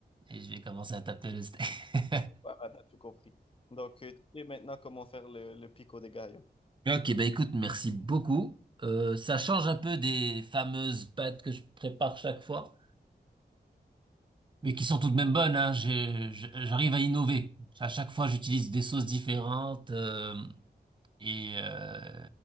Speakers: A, on the right; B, on the left.
A: et je vais commencer à taper le steak. <laughs>
B: Voilà, t'as tout compris. Donc, euh, tu sais maintenant comment faire le, le pico de gallo.
A: Ok, bah écoute, merci beaucoup. Euh, ça change un peu des fameuses pâtes que je prépare chaque fois, mais qui sont tout de même bonnes, hein. Je- je- J'arrive à innover. À chaque fois, j'utilise des sauces différentes. euh, Et euh,